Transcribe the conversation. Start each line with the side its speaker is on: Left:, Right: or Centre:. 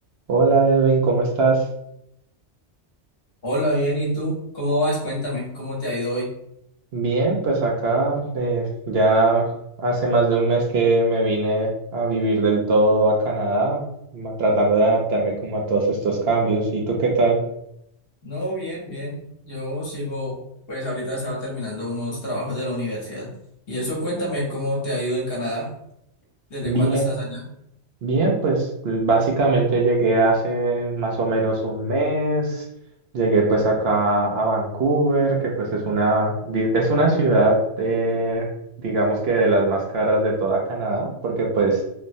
Right: Hola Edwin, ¿cómo estás?
Left: Hola, bien, ¿y tú? ¿Cómo vas? Cuéntame, ¿cómo te ha ido hoy?
Right: Bien, pues acá eh, ya hace más de un mes que me vine a vivir del todo a Canadá, ma- tratando de adaptarme como a todos estos cambios. ¿Y tú qué tal?
Left: No, bien, bien. Yo sigo, pues ahorita estaba terminando unos trabajos de la universidad. Y eso, cuéntame, ¿cómo te ha ido en Canadá? ¿Desde
Right: Bien.
Left: cuándo estás allá?
Right: Bien, pues pues, básicamente llegué hace más o menos un mes, llegué pues acá a Vancouver, que pues es una, di- es una ciudad, eh, digamos que de las más caras de toda Canadá, porque pues